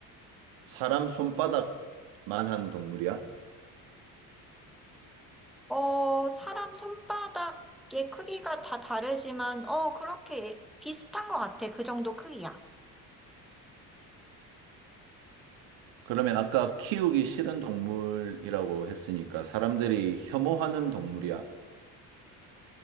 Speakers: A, on the right; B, in the centre.
A: 사람 손바닥만한 동물이야?
B: 어, 사람 손바닥의 크기가 다 다르지만, 어, 그렇게 비슷한 것 같아. 그 정도 크기야.
A: 그러면 아까 키우기 싫은 동물이라고 했으니까 사람들이 혐오하는 동물이야?